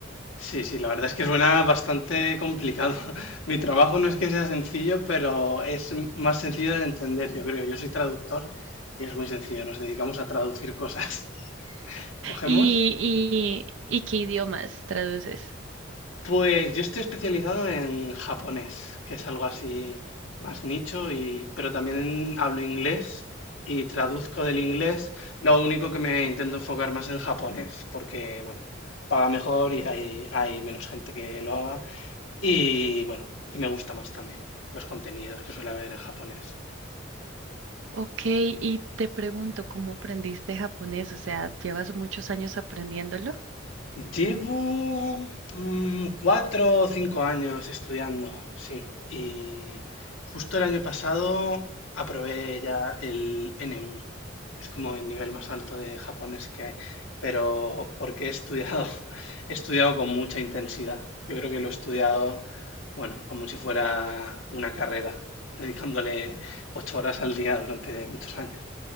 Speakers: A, on the left (about 80°); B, on the right (about 70°).
A: Sí, sí, la verdad es que suena bastante complicado. <laughs> Mi trabajo no es que sea sencillo, pero es m- más sencillo de entender, yo creo. Yo soy traductor y es muy sencillo. Nos dedicamos a traducir cosas. Cogemos.
B: ¿Y, y, y qué idiomas traduces?
A: Pues yo estoy especializado en japonés, que es algo así más nicho, y, pero también hablo inglés y traduzco del inglés. Lo único que me intento enfocar más en japonés, porque, bueno, paga mejor y hay, hay menos gente que lo haga. Y, bueno, y me gusta más también los contenidos que suele haber en japonés.
B: Ok, y te pregunto, ¿cómo aprendiste japonés? O sea, ¿llevas muchos años aprendiéndolo?
A: Llevo mm, cuatro o cinco años estudiando, sí. Y justo el año pasado aprobé ya el N1, que es como el nivel más alto de japonés que hay. Pero porque he estudiado, <laughs> he estudiado con mucha intensidad. Yo creo que lo he estudiado, bueno, como si fuera una carrera, dedicándole ocho horas al día durante muchos años.